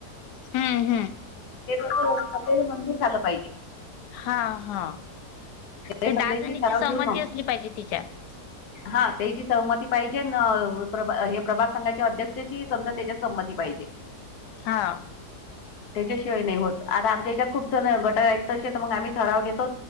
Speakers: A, on the left (about 85°); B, on the left (about 70°).
A: हम् हम्.
B: ते तस सगळ्यांनी मंजूर झालं पाहिजे.
A: हा हा ते
B: सगळ्याची
A: दहा जणीची
B: ठराव
A: सहमती
B: घेऊन मग
A: असली पाहिजे तिच्यात
B: हा त्याची सहमती पाहिजे प्रभ हे प्रभास संघाच्या अध्यक्षाची समजा त्याच्यात संहमती पाहिजे.
A: हा.
B: त्याच्याशिवाय नाही होत आता आमच्या हेच्यात खूप जण गट आहेत तसे तर मग आम्ही ठराव घेतो.